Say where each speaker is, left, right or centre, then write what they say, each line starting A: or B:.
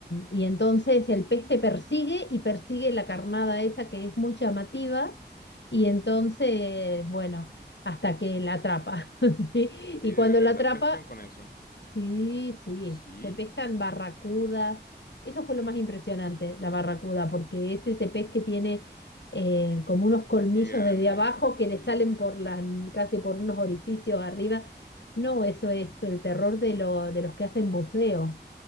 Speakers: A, on the left (about 80°); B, on the left (about 55°).
A: y entonces el pez te persigue y persigue la carnada esa que es muy llamativa y entonces, bueno, hasta que la atrapa, <laughs> ¿sí?
B: Oye,
A: Y cuando
B: ¿de verdad
A: la atrapa,
B: pescan con eso?
A: Sí, sí,
B: Sí,
A: se pescan barracudas. Eso fue lo más impresionante, la barracuda, porque es ese pez que tiene eh, como unos colmillos
B: Es muy grande,
A: desde abajo que
B: sí,
A: le salen por la, casi por unos orificios arriba. No, eso es el terror de, lo, de los que hacen buceo,